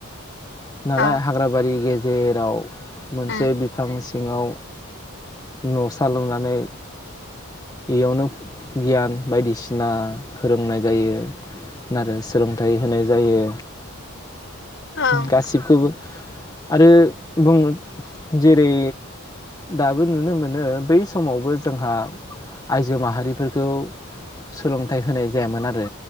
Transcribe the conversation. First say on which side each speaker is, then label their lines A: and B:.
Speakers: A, on the left; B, on the left.
A: नालाय
B: औ
A: हाग्राबारि गेजेराव मोनसे
B: उम
A: बिफां सि सिङाव न'सा लुनानै इयावनो गियान बायदिसिना फोरोंनाय जायो आरो सोलोंथाइ होनाय जायो।
B: ओं
A: गासिबखौबो आरो बुङो जेरै दाबो नुनो मोनो बै समावबो जोंहा आइजो माहारिफोरखौ सोलोंथाइ होनाय जायामोन आरो